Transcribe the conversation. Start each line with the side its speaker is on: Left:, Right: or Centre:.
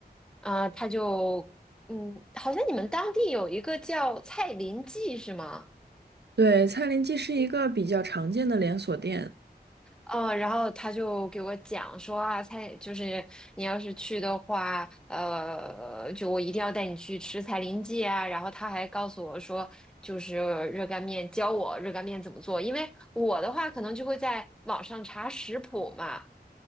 Centre: 啊、他就嗯，好像你们当地有一个叫蔡林记是吗？
Right: 对，蔡林记是一个比较常见的连锁店。
Centre: 呃，然后他就给我讲说啊，蔡就是你要是去的话，呃，就我一定要带你去吃蔡林记啊。然后他还告诉我说，就是热干面，教我热干面怎么做。因为我的话可能就会在网上查食谱嘛，